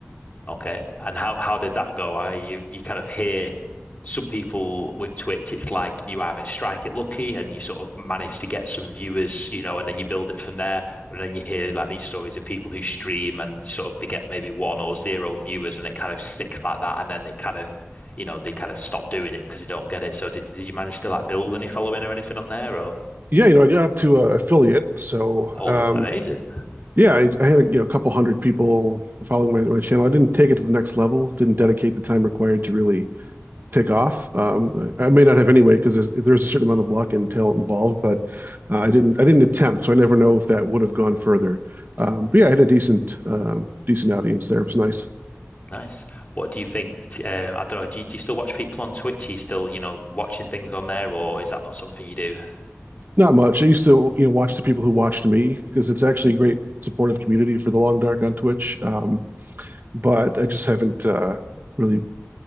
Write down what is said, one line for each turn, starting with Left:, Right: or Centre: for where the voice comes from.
Left: Okay. And how how did that go? I you you kind of hear some people with Twitch, it's like you either strike it lucky and you sort of manage to get some viewers, you know, and then you build it from there. And then you hear like these stories of people who stream and sort of they get maybe one or zero viewers and it kind of sticks like that. And then it kind of, you know, they kind of stop doing it because they don't get it. So did did you manage to like build any following or anything on there or?
Right: yeah, you know, I got up to uh, affiliate. So,
Left: Oh,
Right: um,
Left: amazing.
Right: yeah, I, I had a, you know, a couple hundred people following my, my channel. I didn't take it to the next level, didn't dedicate the time required to really take off. Um, I may not have anyway, because there's, there's a certain amount of luck and talent involved, but uh, I didn't, I didn't attempt. So I never know if that would have gone further. Um, but yeah, I had a decent, um, decent audience there. It was nice.
Left: Nice. What do you think? Uh, I don't know. Do you, do you still watch people on Twitch? Are you still, you know, watching things on there, or is that not something you do?
Right: Not much. I used to, you know, watch the people who watched me because it's actually a great supportive community for the long dark on Twitch. Um, but I just haven't, uh, really